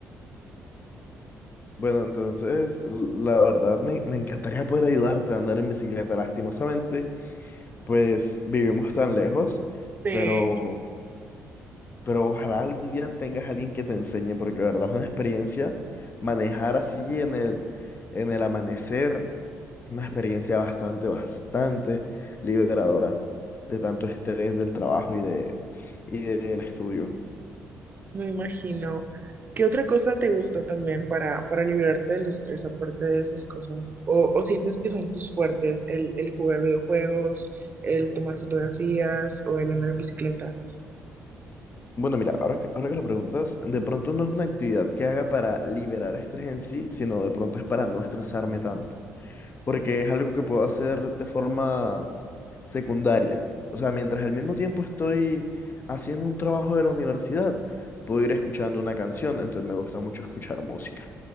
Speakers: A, on the left (about 35°); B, on the right (about 30°).
A: Bueno, entonces, l- la verdad me, me encantaría poder ayudarte a andar en bicicleta. Lastimosamente, pues vivimos tan lejos,
B: <laughs>
A: pero,
B: Sí.
A: pero ojalá algún día tengas a alguien que te enseñe, porque de verdad es una experiencia manejar así en el, en el amanecer. Una experiencia bastante, bastante liberadora de tanto estrés del trabajo y de, y del estudio.
B: Me imagino. ¿Qué otra cosa te gusta también para, para liberarte del estrés aparte de esas cosas? ¿O, o sientes que son tus fuertes el, el jugar videojuegos, el tomar fotografías o el andar en bicicleta?
A: Bueno, mira, ahora que, ahora que lo preguntas, de pronto no es una actividad que haga para liberar estrés en sí, sino de pronto es para no estresarme tanto, porque es algo que puedo hacer de forma secundaria. O sea, mientras al mismo tiempo estoy haciendo un trabajo de la universidad, puedo ir escuchando una canción, entonces me gusta mucho escuchar música.